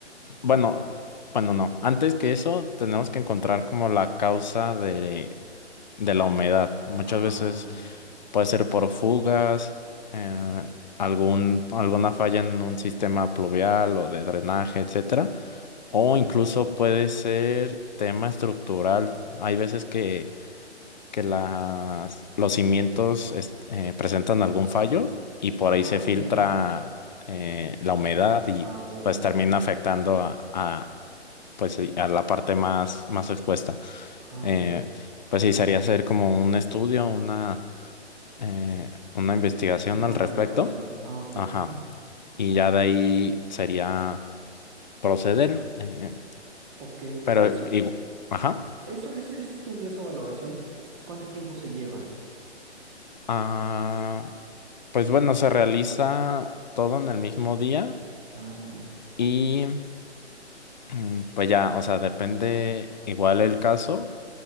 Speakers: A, on the left; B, on the right.
A: Bueno, bueno, no. Antes que eso, tenemos que encontrar
B: A ver.
A: como la causa de, de la humedad. Muchas
B: Ah,
A: veces
B: muy bien.
A: puede ser por fugas, eh, algún, alguna falla en un sistema pluvial o de drenaje, etcétera. O
B: Ah,
A: incluso puede ser tema estructural. Hay veces que, que las, los cimientos est- eh, presentan algún fallo y por
B: ah,
A: ahí se
B: órale.
A: filtra eh, la humedad y
B: Agua, humedad.
A: pues termina afectando a, a- pues sí, a la parte más, más expuesta.
B: Ah,
A: Eh,
B: ok.
A: pues sí, sería hacer como un estudio, una, eh, una investigación
B: Una
A: al respecto.
B: valoración. Ah, ok,
A: Ajá.
B: ajá.
A: Y ya de ahí sería proceder. eh,
B: Ok.
A: pero,
B: Eso,
A: igu-
B: eh,
A: ajá.
B: eso, ese estudio, esa valoración, ¿cuánto tiempo se lleva?
A: Ah, pues bueno, se realiza todo en el mismo día
B: Ah, muy bien.
A: y mm, pues ya, o sea, depende igual el caso.